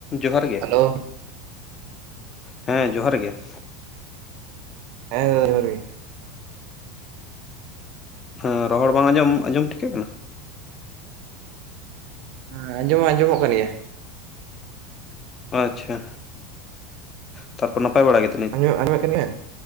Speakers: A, on the left; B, on the right.
A: ᱡᱚᱦᱟᱨ ᱜᱮ
B: ᱦᱮᱞᱳ
A: ᱾ ᱦᱮᱸ ᱡᱚᱦᱟᱨ ᱜᱮ ᱾
B: ᱦᱮᱸ ᱫᱟᱫᱟ ᱡᱚᱦᱟᱨ ᱜᱮ ᱾
A: ᱦᱮᱸ ᱨᱚᱦᱚᱲ ᱵᱟᱝ ᱟᱸᱡᱚᱢ ᱟᱸᱡᱚᱢ ᱴᱷᱤᱠᱟᱹᱜ ᱠᱟᱱᱟ?
B: ᱦᱮᱸ ᱟᱸᱡᱚᱢ ᱦᱚᱸ ᱟᱸᱡᱚᱢᱚᱜ ᱠᱟᱱ ᱜᱮᱭᱟ ᱾
A: ᱟᱪᱪᱷᱟ, ᱛᱟᱨ ᱯᱚᱨ, ᱱᱟᱯᱟᱭ ᱵᱟᱲᱟ ᱜᱮ? ᱾
B: ᱟᱸᱡᱚᱢᱚᱜ, ᱟᱸᱡᱚᱢ ᱠᱟᱱ ᱜᱮᱭᱟ?